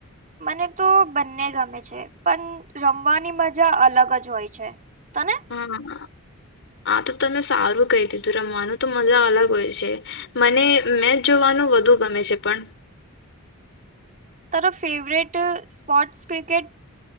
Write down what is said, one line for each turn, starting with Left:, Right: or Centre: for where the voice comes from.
Right: મને તો બંને ગમે છે. પણ રમવાની મજા અલગ જ હોય છે તને.
Left: હા આ તો તમે સારું કઈ દીધું રમવાનું તો મજા અલગ હોય છે મને મેચ જોવાનું વધુ ગમે છે પણ
Right: તારો ફેવરેટ સ્પોર્ટસ ક્રિકેટ